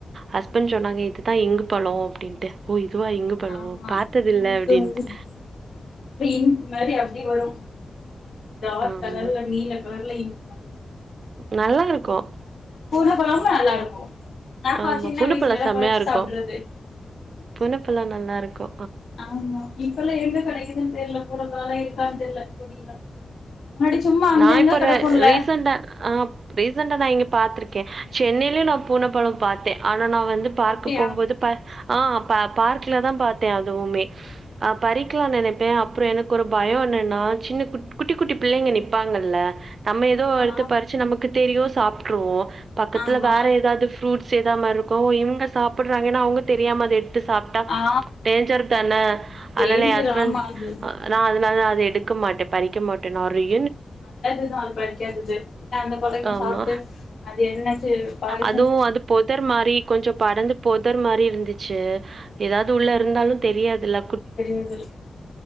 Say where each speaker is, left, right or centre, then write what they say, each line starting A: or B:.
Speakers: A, on the right; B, on the left.
A: ஹஸ்பண்ட் சொன்னாங்க இதுதா இங்கு பளோ அப்டின் ன்ட்டு ஓ இதுவா இங்கு பழோ
B: ஆமா
A: பாத்ததில்ல
B: இங்க்
A: அப்டின்ட்டு
B: <unintelligible> இங்க் மாரி வரு டார்க்
A: ஆமா
B: கலர்ல நீல கலர்ல இங்க் மாரி வரு
A: நல்லாருக்கு
B: பூன பழமு நல்லா இருக்கு நாக்வா
A: ஆமா
B: சின்ன
A: பூனப்பழோ
B: வயசுல எல்லா
A: செம்மையா
B: கொழச்சி
A: இருக்கு
B: சாப்ட்றது
A: பூனப்பழோ நல்லா இருக்கு
B: ஆமா இப்பல்லா எங்க கெடைக்குதுனு தெர்ல <unintelligible> க்கான்னு தெர்ல கொடியெல்லா முன்னாடி சும்மா அங்கங்க
A: நா இப்ப
B: கெடக்குல்ல
A: ர ரீசண்டா ஆ ரீசண்டா நா இங்க பாத்திருக்கே சென்னைலியே நா பூன பழோ பாத்தே ஆனா நா வந்து பார்க்க
B: அப்டியா
A: போவும்போது ப ஆ ப பார்க்லதா பாத்தே அதுவுமே அ பறிக்லா நெனைப்பே அப்றோ எனக்கு ஒரு பயோ ன்ன நா சின்ன குட் குட்டி குட்டி பிள்ளைங்க நீங் ப்பாங்கல்ல நம்ம ஏதோ
B: ஆமா
A: எடுத்து பறிச்சு நமக்கு தெரியு சாப் ட்ருவோ பக்கத்துல
B: ஆமா
A: வேற ஏதாவது ஃபுரூட்ஸ் சேதாம இருக்கு இவுங்க சாப்புட்றாங்கன்னா அவுங்க தெரியாம அத து சாப்ட்டா
B: ஆ
A: டேஞ்சர் தான
B: டேஞ்சர்
A: ஆனால எ ஹஸ்பண்ட்
B: ஆமா அது
A: அ நா அதனால எடுக்க மாட்ட பறிக்க மாட்ட நெறைய்
B: நல்லதுதா அதுபறிக்காதது அந்த புள்ளைங்க
A: ஆமா
B: சாப்ட்டு அது என்னாச்சோ ஏதோ <unintelligible>
A: அதுவு அது பொதர் மாரி கொஞ்சோ படந்து பொதர் மாரி இருந் ந்துச்சு ஏதாவது உள்ள இருந்தாலு தெரியாதில்ல
B: சரிய சொல்லு